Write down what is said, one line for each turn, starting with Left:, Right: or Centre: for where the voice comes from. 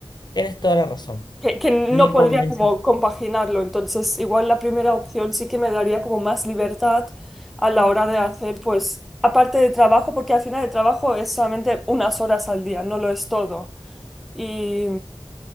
Left: Tienes toda la razón.
Centre: que, que no
Left: Me
Centre: podría
Left: convenciste.
Centre: como compaginarlo. Entonces, igual la primera opción sí que me daría como más libertad a la hora de hacer, pues, aparte de trabajo, porque al final el trabajo es solamente unas horas al día, no lo es todo. Y,